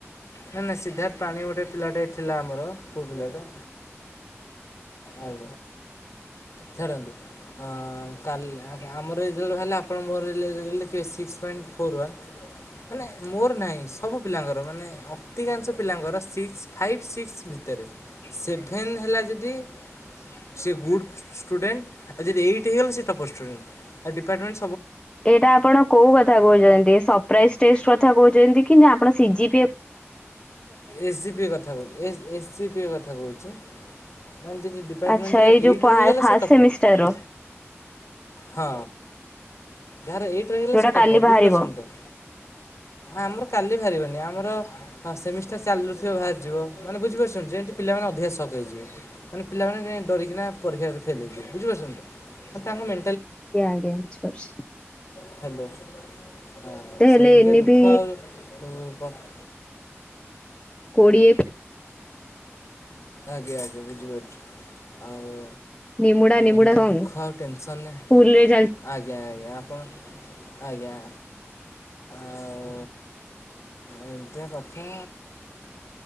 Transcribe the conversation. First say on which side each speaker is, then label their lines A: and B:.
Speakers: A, on the left; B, on the left.
A: ନାଇ ନା ସିଦ୍ଧାର୍ଥ ପାଣି ଗୋଟେ ପିଲାଟେ ଥିଲା ଆମର ପୁଅ ପିଲାଟା। ଆଉ ଛାଡ଼ନ୍ତୁ ଆଁ କାଲି ଆମର ରେଜଲ୍ଟ ବାହାରିଲେ ଆପଣ ମୋର ହେଲେ ରେଜଲ୍ଟ ଦେଖିବେ ସିକ୍ସ ପଏଣ୍ଟ ଫୋର୍ ୱାନ୍। ମାନେ ମୋର ନାହିଁ ସବୁ ପିଲାଙ୍କର ମାନେ ଅଧିକାଂଶ ପିଲାଙ୍କର ସିକ୍ସ ଫାଇପ୍ ସିକ୍ସ ଭିତରେ ସେଭେନ୍ ହେଲା ଯଦି ସେ ଗୁଡ୍ ଷ୍ଟୁଡେଣ୍ଟ। ଆଉ ଜଦି ଏଇଟ୍ ହେଇଗଲା ସେ ଟପର ଷ୍ଟୁଡେଣ୍ଟ। ଆଉ ଡିପାଟମେଣ୍ଟ
B: ଏଇଟା ଆପଣ କୋଉ କଥା କହୁଛନ୍ତି ସପ୍ରାଇଜନଟେଷ୍ଟ କଥା କହୁ ଯେମିତି କି ନା ଆପଣ ସିଜିି ପି
A: ଏସ୍ଜି ପି କଥା ଏସ୍ଜିପି ଙ୍କ କଥା କହୁଛି। ଯଦି ଡିପାର୍ଟମେଣ୍ଟରେ
B: ଆଚ୍ଛା ଏଇ ଯୋଉ
A: ଏଇଟ
B: ଫାର୍ଷ୍ଟ
A: ରହିଗଲା ସେ ଟପର।
B: ସେମିଷ୍ଟାର ର
A: ହଁ ଯାହାର ଏଇଟ ରହିଲା
B: ଯୋଉଟା
A: ସେଇଟା
B: କାଲି
A: ପରେ
B: ବାହାରିବ।
A: ବୁଝିପାରୁଛନ୍ତି ତ? ଆମର କାଲି ବାହାରିବନି ଆମର ହଁ ସେମିଷ୍ଟାର ଚାଲୁବି ଥିବ ବାହାରିଯିବ ମାନେ ବୁଝିପାରୁଛନ୍ତି ଯେମତି ପିଲାମାନେେ ଅଧିକା ଶକ୍ ହେଇଯିବ ମାନେ ପିଲା ଡରିକିନା ପରୀକ୍ଷାରେ ଫେଲ ହେଇଯିବେ ବୁଝିପାରୁଛନ୍ତି ତାଙ୍କ ମେଁ
B: ଆଜ୍ଞା ଆଜ୍ଞା ବୁଝି ପାରୁଛି।
A: ହ୍ୟାଲୋ ହଁ
B: ହେଲେ
A: ସେ ଏମିତିଆ
B: ଏନେ
A: ଦୁଃଖ
B: ବି
A: ଆଉ ଉଁ କହ।
B: କୋଡ଼ିଏ।
A: ଆଜ୍ଞା ଆଜ୍ଞା ବୁଝିପାରୁଛି ଆଉ
B: ନିମୁଡ଼ା ନିମୁଡ଼ା
A: ଏମିତିଆ
B: ସଙ୍ଗ
A: ଦୁଃଖ ଆଉ ଟେନସନ୍
B: ସ୍କୁଲରେ
A: ଆଜ୍ଞା ଆଜ୍ଞା ଆପଣ ଆଜ୍ଞା।
B: <inaudible>
A: ଆଉ ଏମିତିଆ କଥା